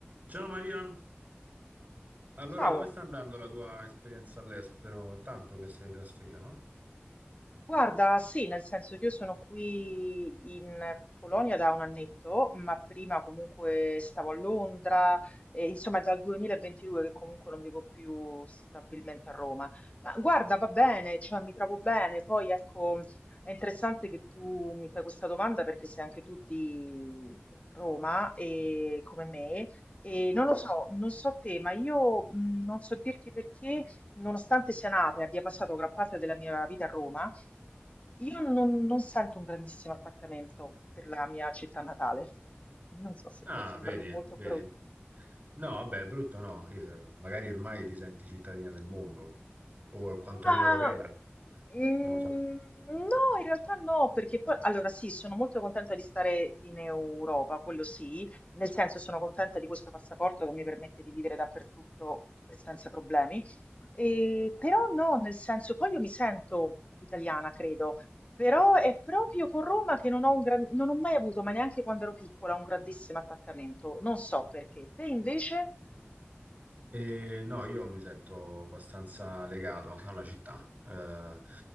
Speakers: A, on the right; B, on the left.
A: Ciao Maria, allora
B: Ciao,
A: come sta andando la tua esperienza all'estero? È tanto che sei trasferita, no?
B: guarda, sì, nel senso che io sono qui in Polonia da un annetto, ma prima comunque stavo a Londra, e insomma è dal 2022 che comunque non vivo più stabilmente a Roma. Ma guarda, va bene, cioè mi trovo bene, poi ecco, è interessante che tu mi fai questa domanda perché sei anche tu di Roma e come me, e non lo so, non so te, ma io mh, non so dirti perché. Nonostante sia nata e abbia passato gran parte della mia vita a Roma, io non, non sento un grandissimo attaccamento per la mia città natale. Non so se
A: Ah,
B: può sembrare
A: vedi,
B: molto
A: vedi.
B: brutto.
A: No, vabbè, brutto no, Eh, magari ormai ti senti cittadina del mondo o quantomeno
B: Ma
A: europea,
B: mm,
A: non lo so.
B: no, in realtà no, perché poi allora sì, sono molto contenta di stare in Europa, quello sì, nel senso sono contenta di questo passaporto che mi permette di vivere dappertutto senza problemi, e, però no, nel senso poi io mi sento italiana, credo, però è proprio con Roma che non ho, un gran- non ho mai avuto, ma neanche quando ero piccola, un grandissimo attaccamento, non so perché. Te invece?
A: E no, io mi sento abbastanza legato alla città, eh,